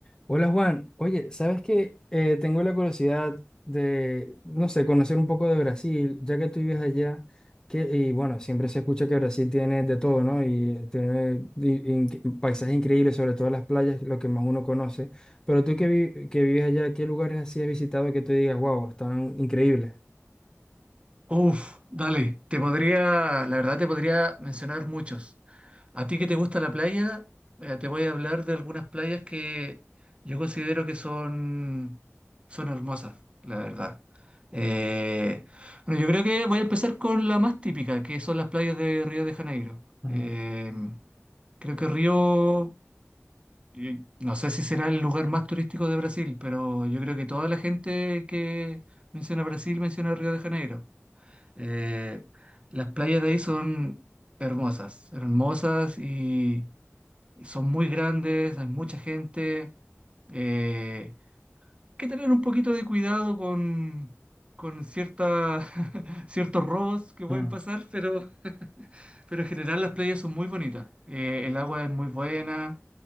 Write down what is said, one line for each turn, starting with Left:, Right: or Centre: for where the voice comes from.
Left: Hola Juan, oye, ¿sabes qué? Eh, tengo la curiosidad de, no sé, conocer un poco de Brasil, ya que tú vives allá, que, y bueno, siempre se escucha que Brasil tiene de todo, ¿no? Y eh, tiene i- in- paisajes increíbles, sobre todo las playas, lo que más uno conoce. Pero tú que, vi- que vives allá, ¿qué lugares así has visitado que tú digas, wow, están increíbles?
Right: Uf, dale, te podría, la verdad te podría mencionar muchos. A ti que te gusta la playa, eh, te voy a hablar de algunas playas que yo considero que son, son hermosas, la verdad. Eh, bueno, yo creo que voy a empezar con la más típica, que son las playas de Río de Janeiro.
Left: Ujú,
Right: Eh, creo que Río, eh, no sé si será el lugar más turístico de Brasil, pero yo creo que toda la gente que menciona Brasil menciona Río de Janeiro. Eh, las playas de ahí son hermosas, hermosas y son muy grandes, hay mucha gente. Eh, hay que tener un poquito de cuidado con, con ciertas, <laughs> ciertos robos que pueden
Left: ujú.
Right: pasar, pero, <laughs> pero en general las playas son muy bonitas. Eh, el agua es muy buena